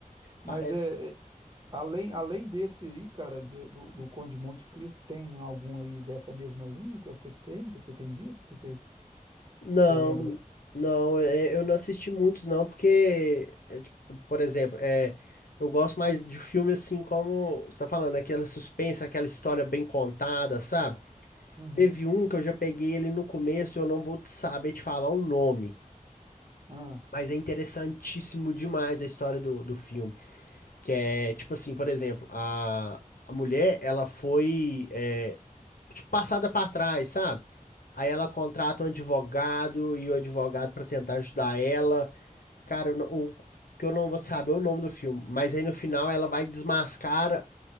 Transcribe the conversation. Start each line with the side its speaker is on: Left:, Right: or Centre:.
Right: Mas
Left: Parece
Right: é, é, além, além desse aí, cara, do, do do Conde de Monte Cristo, tem algum aí dessa mesma linha que você tem, que você tem visto, que você, que
Left: Não,
Right: você lembra aí?
Left: não, é- eu não assisti muitos não, porque, é, tipo, por exemplo, é, eu gosto mais de filme assim como você tá falando, aquela suspense, aquela história bem contada, sabe?
Right: Uhum.
Left: Teve um que eu já peguei ele no começo, eu não vou te saber te falar o nome,
Right: Ah.
Left: mas é interessantíssimo demais a história do, do filme, que é, tipo assim, por exemplo, a, a mulher, ela foi, é, tipo, passada pra trás, sabe? Aí ela contrata um advogado e o advogado pra tentar ajudar ela. Cara, eu não- o que eu não vou saber é o nome do filme, mas aí no final ela vai desmascar.